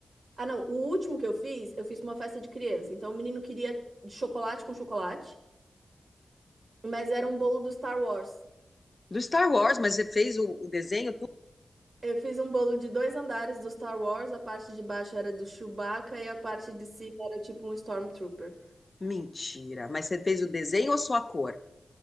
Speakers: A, on the right; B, on the left.
A: Ah, não, o último que eu fiz, eu fiz pra uma festa de criança. Então o menino queria chocolate com chocolate, mas era um bolo do Star Wars.
B: Do Star Wars, mas você fez o, o desenho? tudo?
A: Eu fiz um bolo de dois andares do Star Wars, a parte de baixo era do Chewbacca e a parte de cima era tipo um Stormtrooper.
B: Mentira. Mas você fez o desenho ou só a cor?